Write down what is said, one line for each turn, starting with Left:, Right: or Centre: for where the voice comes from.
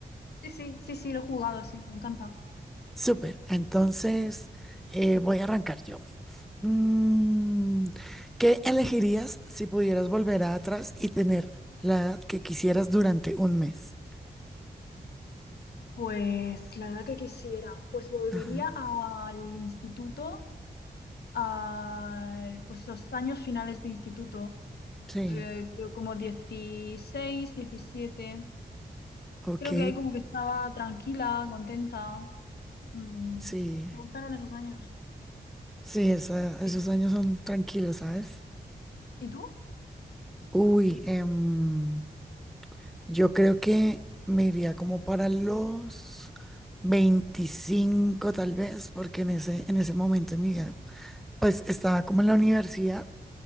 Left: Sí, sí, sí, sí, lo he jugado, sí, me encanta.
Centre: Súper, entonces eh, voy a arrancar yo. Mm, ¿qué elegirías si pudieras volver atrás y tener la edad que quisieras durante un mes?
Left: Pues la edad que quisiera, pues volvería
Centre: Ajá,
Left: al instituto, al, pues los años finales de instituto,
Centre: sí,
Left: eh, creo como 16, 17.
Centre: ok,
Left: Creo que ahí como que estaba tranquila, contenta. Mm,
Centre: sí,
Left: me gustaron esos años.
Centre: sí, esa- esos
Left: ¿Y,
Centre: años son tranquilos, ¿sabes?
Left: y tú?
Centre: Uy, em, Yo creo que me iría como para los 25 tal vez, porque en ese, en ese momento de mi vida, pues estaba como en la universidad,